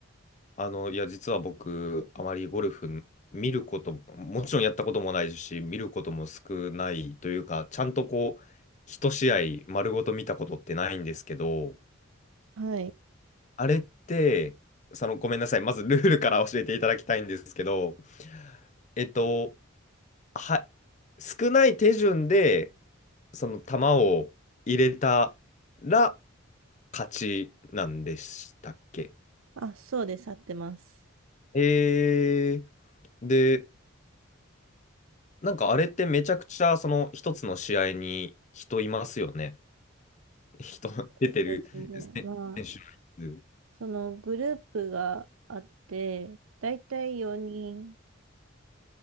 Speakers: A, on the left (about 35°); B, on the right (about 80°).
A: あの、いや、実は僕、あまりゴルフ見ること、もちろんやったこともないし、見ることも少ないというか、ちゃんとこう、一試合丸ごと見たことってないんですけど、
B: はい。
A: あれって、その、ごめんなさい、まずルールから教えていただきたいんですけど、えっと、は、少ない手順で、その球を入れたら勝ちなんでしたっけ
B: あ、そうです。合ってます。
A: えー、で、なんかあれってめちゃくちゃその一つの試合に人いますよね。人 <laughs> 出てる選選手の数。
B: そうですね。まあ、そのグループがあって、大体4人